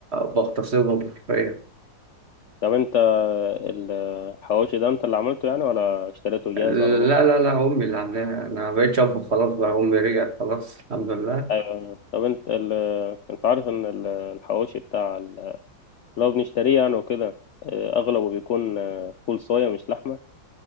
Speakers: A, on the right; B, on the left.
A: بغتصبهم حرفيا
B: طب انت ال- الحواوشي ده انت اللي عملته يعني ولا اشتريته جاهز
A: لا
B: على طول
A: لا لا أمي اللي عاملاها أنا مبقتش أطبخ خلاص بقى أمي رجعت خلاص الحمد لله
B: ايوه طب انت ال... انت عارف ان ال- الحواوشي بتاع ال- اللي هو بنشتريه يعني وكده اه، اغلبه بيكون اه، فول صويا مش لحمه